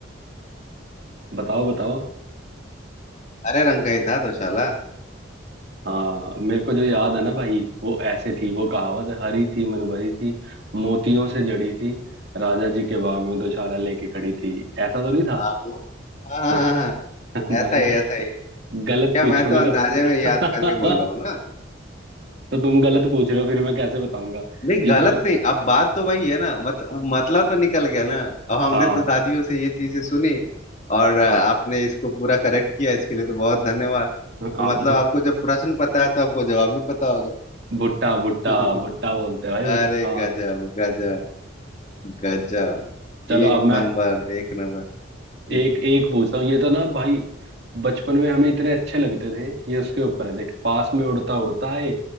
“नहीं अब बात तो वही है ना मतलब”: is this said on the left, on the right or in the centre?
Left